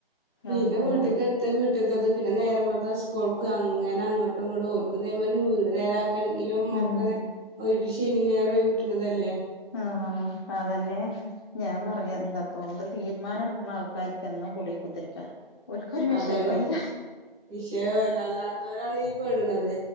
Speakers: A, in the centre; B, on the left.
A: പിന്നെ
B: അപ്പൊ
A: വീട്ടിക്ക് എത്ത വീട്ടത്തത് പിന്നെ നേര വെളു ത സ്കൂൾക്ക് അങ്ങനെ അങ്ങോട്ടും ഇങ്ങോട്ടും ഒൾക് വീട് നേരക്കാണെങ്കിലും മോക്കാ
B: ഉം
A: ശനി ഞായർ ഒഴിവ് കിട്ടണതല്ലേ
B: ആ അതന്നെ ഞാൻ പറയാ എന്താപ്പോണ്ട് തീരുമാനം എടുക്കണ ആൾ കരിക്കന്നും കൂടി കുത്തിരിക്കാം ഓല്ക്കൊരു വിഷയം
A: അതാണ്
B: അല്ല
A: വിഷയം അല്ലാത്തോരാണ് ഈ പെടണത്